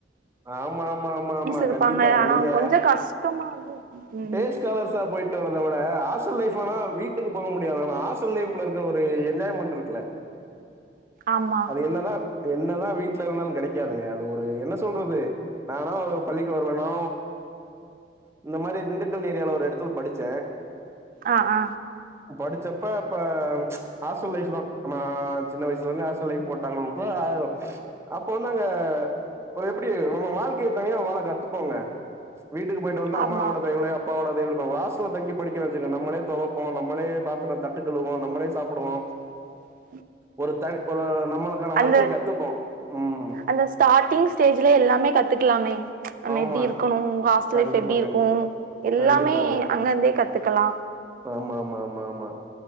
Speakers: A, on the right; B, on the right.
A: ஆமா ஆமா ஆமா ஆமா
B: இருப்பாங்க
A: கண்டிப்பா
B: ஆனா
A: நீங்க
B: கொஞ்சோ கஷ்டமாவு ம்
A: டேஸ்காலர்ஸா போயிட் டு வர்த விட ஹாஸ்டல் லைஃப் ஆனா வீட்டுக்கு போக முடியாது ஆனா ஹாஸ்டல் லைஃப் இருக்க ஒரு என்ஜாய்மெண்ட் இருக்ல
B: ஆமா
A: அது என்னதா என்னதா வீட்ல இருந்தாலு கெடைக்காதுங்க அது ஒரு என்ன சொல்றது நானா ஒரு பள்ளிக்கு வருவோனா இந்த மாரி திண்டுக்கல் ஏரியால ஒரு எடத்துல படிச்சே
B: ஆ ஆ
A: படிச்சப்ப அப்ப காஸ்டல் லைஃப் தா நம்ம சின்ன வயசுல இருந்து <unintelligible> போட்டாங்க அவங்களுக்கு அப்ப வந்துா அங்க ஒரு எப்டி நம்ம வாழ்க்கையை தனிய வாள கத்துக்போங்க வீட்டுக்கு போயிட்டு வந்து அம்மாவோட
B: ஆமா
A: தயவலேயே அப்பவோட தயவுல இப்ப ஹஸ்டல் தங்கி படிக்க வச்சு நம்ளே துவப்போம்மே நம்ளே தட்டுக்கழுவோ நம்மளே சாப்பிடுவோ
B: <inaudible>
A: ஒரு ஒரு நம்மளுக்கான வாழ்க்கய
B: அந்த
A: கத்துப்போ ம்
B: அந்த ஸ்டார்ட்டிங் ஸ்டேஜ்ல எல்லாமே கத்துக்கலாமே நம்ம
A: ஆமா
B: எப்படி இருக்கணு ஹாஸ்டல்
A: கண்டிப்பா
B: லைஃப் எப்டி இருக்கு
A: கண்டிப்பா.
B: எல்லாமே
A: கண்டிப்பாங்க.
B: அங்கந்தே கத்துக்கலா
A: ஆமா ஆமா ஆமா ஆமா